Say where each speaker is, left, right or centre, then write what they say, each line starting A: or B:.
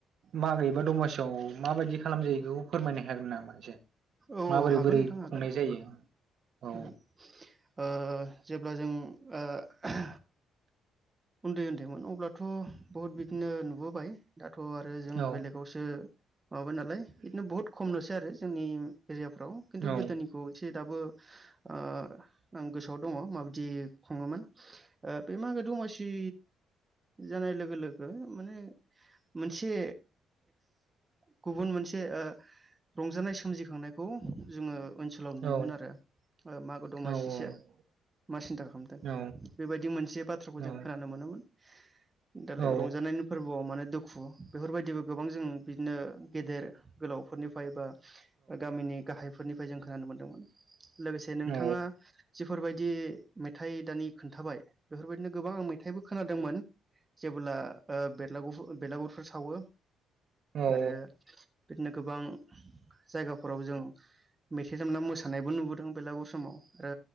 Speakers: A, on the right (about 65°); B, on the right (about 25°).
A: मागो एबा दमासियाव माबायदि खालामजायो बेखौ फोरमायनो हागोन नामा एसे
B: औ
A: माबोरै
B: हागोन
A: बोरै
B: नोंथां हागोन
A: खुंनाय जायो? औ
B: हागोन। ओ जेब्ला जों ओ हो उन्दै उन्दैमोन अब्लाथ' बहुद बिदिनो नुबोबाय दा थ आरो जों
A: औ
B: बेलेगावसो माबाबाय नालाय बिदिनो बुहुत खमलसै आरो जोंनि। एरियाफ्राव खिन्थु
A: औ
B: गोदोनिखौ एसे दाबो। आं गोसोआव दङ माबायदि खुङोमोन बे मागो दमासि। दमासि। जानाय लोगो लोगो माने मोनसे गुबुन मोनसे। ओ रंजानाय सोमजिखांनायखौ जोंङो ओनसोलाव नुयोमोन
A: औ
B: आरो ओ मागो दमासि
A: औ
B: सो मा सिन्था खालामदों
A: औ
B: बेबायदि मोनसे बाथ्राखौ
A: औ
B: जों खोनानो मोनोमोन दालाय
A: औ
B: रंजानायनि फोरबोआव मा दुखु दुखु बेफोरबायदिबो गोबां जों बिदिनो गेदेर गोलावफोरनिफ्राय बा गामिनि गाहायफोरनिफ्राय जों खोनानो मोनदोंमोन लोगोसे नोंथांङा
A: औ
B: जिफोरबायदि मेथाइ दानि खोन्थाबाय बेफोरबायदिनो गोबां आं मे मेथायबो खोनादोंमोन जेब्ला बेलागुर बेलागुरफोर सावो
A: औ
B: आरो बिदिनो गोबां जायगाफोराव जों मेथाइ दामना मोसानायबो नुबोदों बेलागुर समाव ओ